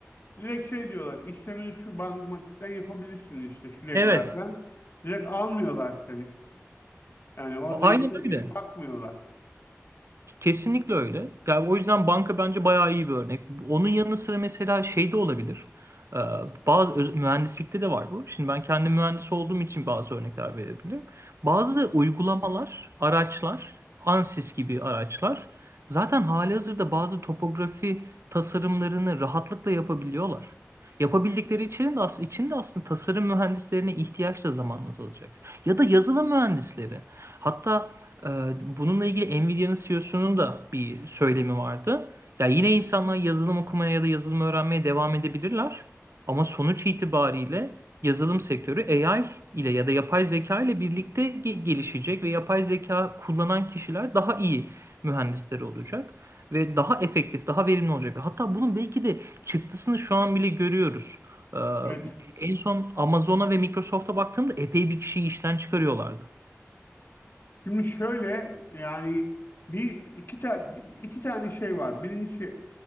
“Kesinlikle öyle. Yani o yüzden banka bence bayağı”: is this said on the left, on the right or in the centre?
Right